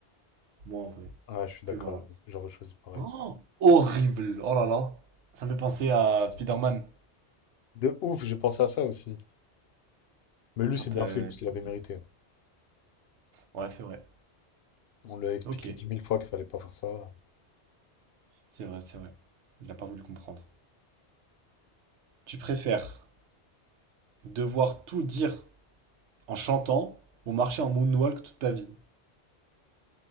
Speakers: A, on the right; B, on the left.
A: Moi, en vrai.
B: ouais, je suis d'accord.
A: Puis voilà.
B: J'aurais choisi pareil.
A: Oh! Horrible! Oh là là. Ça me fait penser à Spider-Man,
B: De ouf, j'ai pensé à ça aussi. Mais lui,
A: quand
B: c'est bien
A: euh,
B: fait, parce qu'il
A: il
B: avait
A: oublie.
B: mérité.
A: Ouais, c'est vrai.
B: On lui a expliqué
A: Ok.
B: dix mille fois qu'il fallait pas faire ça.
A: C'est vrai, c'est vrai. Il a pas voulu comprendre. Tu préfères devoir tout dire en chantant ou marcher en moonwalk toute ta vie?